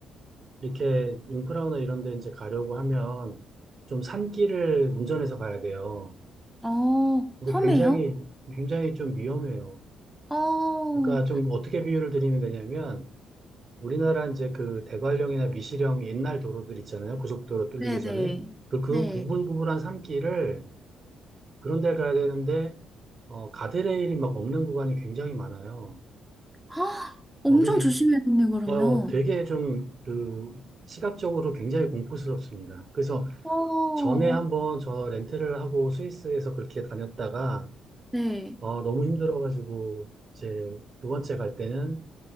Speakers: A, on the right (about 45°); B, in the centre.
A: 이렇게 융프라우나 이런 데 이제 가려고 하면 좀 산길을 운전해서 가야 돼요.
B: 어,
A: 근데
B: 험해요?
A: 굉장히 굉장히 좀 위험해요.
B: 어,
A: 그러니까 좀 어떻게 비유를 드리면 되냐면 우리나라 이제 그 대관령이나 미시령 옛날 도로들 있잖아요. 고속도로 뚫리기
B: 네네.
A: 전에 그, 그
B: 네.
A: 구불구불한 산길을 그런 데 가야 되는데, 어, 가드레일이 막 없는 구간이 굉장히 많아요.
B: 아, 엄청
A: 어, 그래서,
B: 조심해야겠네, 그러면.
A: 어, 되게 좀, 그, 시각적으로 굉장히 공포스럽습니다. 그래서
B: 어,
A: 전에 한번 저 렌트를 하고 스위스에서 그렇게 다녔다가,
B: 네.
A: 어, 너무 힘들어가지고, 제 두 번째 갈 때는